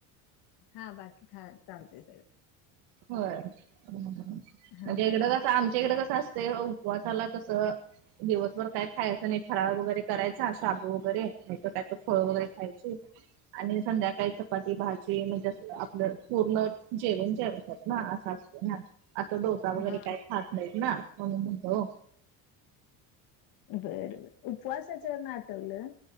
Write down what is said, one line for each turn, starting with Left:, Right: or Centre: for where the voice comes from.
Left: हा. बाकी खायाला चालतय सगळं.
Right: होय. म्हणजे
Left: हा
Right: इकड आमच्याकड कसं असतयं. उपवासाला कसं दिवसभर काय खायचं नाही. फराळ वगैरे करायचा. शाबू वगैरे नाहीतर कायतर फळ वगैरे खायची. आणि संध्याकाळी चपाती, भाजी म्हणजे आपलं पूर्ण जेवण जेवायचं. असं असत ना. असं डोसा
Left: हा
Right: वगैरे काही खात नाहीत ना. म्हणुन म्हंटलं ओ.
Left: बरं. बरं. उपवासच वरन आठवलं